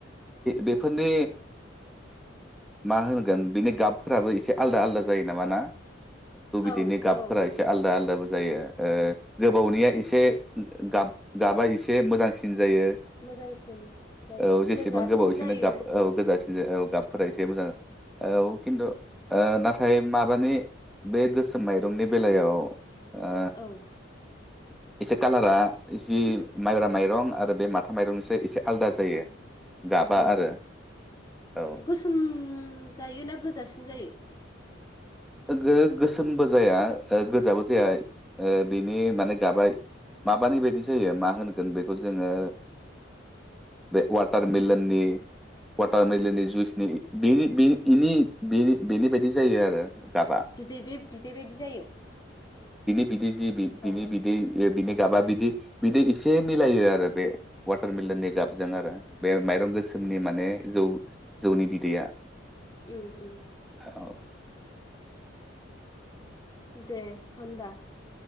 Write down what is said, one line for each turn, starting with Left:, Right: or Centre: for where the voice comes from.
Centre: बेफोरनि मा होनगोन बिनि गाबफोराबो एसे आलदा आलदा जायो नामा ना?
Left: औ
Centre: बिदिनो गाबफोरा
Left: औ
Centre: इसे आलदा आलदा जायो गोबावनिया एसे गाब गाबा एसे मोजांसिन जायो
Left: मोजांसिन जायो
Centre: औ जेसेबां
Left: गोजासिन
Centre: गोबावसेनो
Left: जायो
Centre: गाब औ गोजासिन ज औ गाबफोरासै मोजां औ खिन्थु नाथाय माबानि बे गोसोम माइरंनि बेलायाव ओ
Left: औ
Centre: एसे कालारा जि माइब्रा माइरं आरो बे माथा माइरंसो एसे आलादा जायो गाबा
Left: औ
Centre: आरो औ
Left: गोसोम जायो ना गोजासिन जायो
Centre: गो-गोसोमबो जाया गोजाबो जाया ओ बिनि माने गाबा माबानि बायदि जायो मा होनगोन बेखौ जोङो बे वाटारमिलननि वाटारमेलेननि जुइसनि बेनिनिनि बेनि बायदि जायो आरो गाबा
Left: बिदै बे बिदै बायदि जायो
Centre: बिदि जि बिनि
Left: औ
Centre: बिदै बिनि गाबा बिदि बिदि बिदि इसे मिलायो आरो बे वाटारमलननि गाबजों आरो बे माइरं गोसोमनि माने जौ जौनि बिदैया
Left: उम उम
Centre: औ
Left: दे होनबा